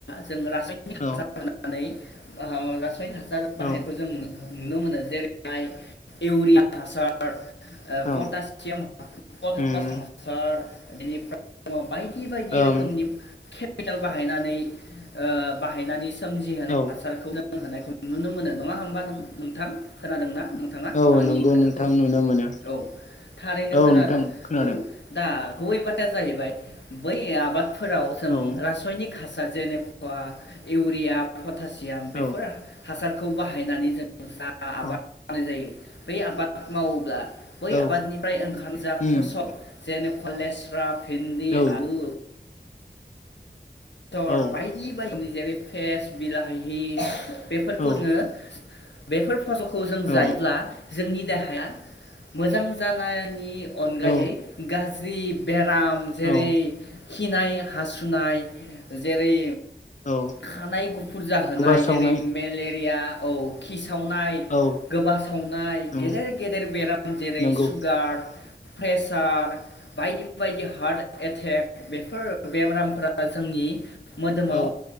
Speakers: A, on the left; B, on the left.
A: जों रासायनिक हासार
B: औ
A: होननानै <unintelligible> रासायना सार बाहाय
B: औ
A: नायखौ जों नुनो मोनो जेरैहाय इउरिया हासार ओ
B: औ
A: पटासियाम <unintelligible> पटास
B: उम
A: हासार बेनिफ्राय हरबाय दि बायदि
B: ओम
A: केमिकेल बाहायनानै ओ बाहायनानै सोमजिहोनाय
B: औ
A: हासारखौ जों होनायखौ नुनो मोनो नङा होमबा नोंथां खोनादों ना नोंथाङा
B: औ
A: आंनि
B: नंगौ
A: खोथाखौ
B: नोंथां नुनो मोनो
A: औ थारैनो
B: औ
A: खोनादों
B: नोंथां खोनादों
A: औ दा गुबै फाथा जाहैबाय बै आबाद फोराव जों
B: औ
A: रासायनिक हासार जेनेबा इउरिया पतासि याम बेफोर
B: औ
A: हासारखौ बाहायनानै जों जा आबाद
B: औ
A: मावनाय जायो बै आबाद मावोब्ला बै
B: औ
A: आबादनिफ्राय ओंखारनाय जा
B: उम
A: फसल जेनेबा <unintelligible> भिन्दि,
B: औ
A: आलु थर
B: औ
A: बायदि बायदि जेरै फ्रेस बिलाहि बेफोरखौ
B: औ
A: जोङो बेफोर फसलखौ जों
B: औ
A: जायोब्ला। जोंनि देहाया। मोजां जानायनि अनगायै
B: औ
A: गाज्रि <unintelligible> बा जेरै
B: औ
A: खिनाय हासुनाय। जेरै
B: औ
A: खानाय गुफुर जाहोनाय
B: गोबा सावनाय
A: जेरै मेले <inaudible> सावनाय
B: औ
A: गोबा सावनाय
B: उम
A: गेदेर गेदेर बेराम जेरै
B: नंगौ
A: सुगार प्रेसार बायदि बायदि हार्ट एटेक बेफोर बेरामफोरा जोंनि मोदोमाव
B: औ